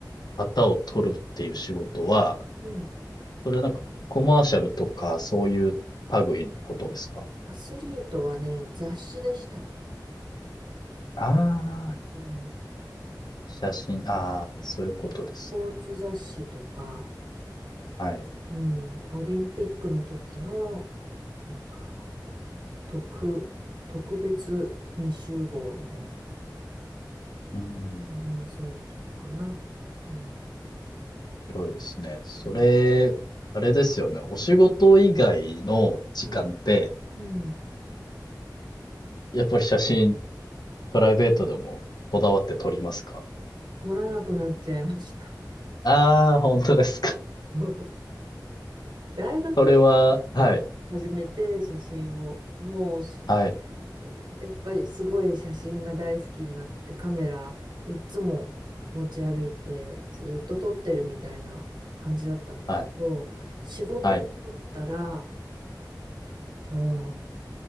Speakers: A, on the left; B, on the right.
A: 方を撮るっていう仕事は、
B: うん。
A: それはなんかコマーシャルとか、そういう類のことですか？
B: アスリートはね、雑誌でしたね。
A: ああー、
B: うん。ス
A: 写真、ああ、そういうことですね。
B: ポーツ雑誌とか、
A: はい。
B: うん、オリンピックの時の、なんか、特、特別編集号みたいな、
A: うん、
B: うん、そういうのとかかな。うん。
A: 広いですね。それ、
B: う
A: あれですよね、お仕事以外の時間って、
B: ん。うん
A: やっぱり写真、プライベートでもこだわって撮りますか？
B: 撮らなくなっちゃいました。
A: ああー、本当ですか。
B: <laughs> 大学
A: それははい、
B: 始めて写真を、もうす、
A: はい、
B: やっぱりすごい写真が大好きになって、カメラいっつも持ち歩いて、ずっと撮ってるみたいな感じだったんだけど、
A: はい、
B: 仕事になったら、
A: はい。
B: ああ、